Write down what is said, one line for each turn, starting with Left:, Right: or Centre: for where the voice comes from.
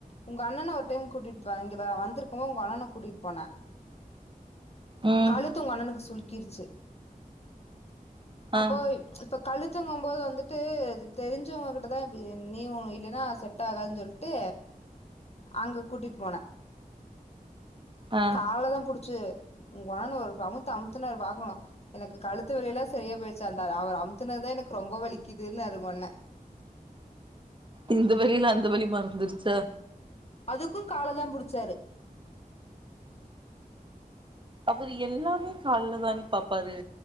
Left: உங்க அண்ணனை ஒரு டைம் கூட்டிட்டு போன் இங்க வந்திருக்கும் போது உங்க அண்ணன கூட்டிட்டு போனே
Right: ம்
Left: கழுத்து உங்க அண்ணனுக்கு சுலுக்கு <unintelligible> அப்போ
Right: ஆ
Left: இப்ப கழுத்தங்கும் போது வந்துட்டு தெரிஞ்சவங்ககிட்டதான் நீ வொணும் இல்லைன்னா செட் ஆகாதுன்னு சொல்லிட்டு அங்க கூட்டிட்டு போன
Right: ஆ
Left: காலை தான் புடிச்சு உங்க அண்ணன <unintelligible> ட்டு அம்தனார் பாக்கணும் எனக்கு கழுத்து வலி எல்லாம் சரியா போயிச்சு அந்த அவர் அமுத்துனதான் எனக்கு ரொம்ப வலிக்குதுன்னாரு உங்க அண்ண
Right: இந்த வழியில அந்த வலி மறந்துருச்சா
Left: அதுக்கும் காலதா புடிச்சாரு
Right: அவரு எல்லாமே கால்லதாங்க பாப்பாரு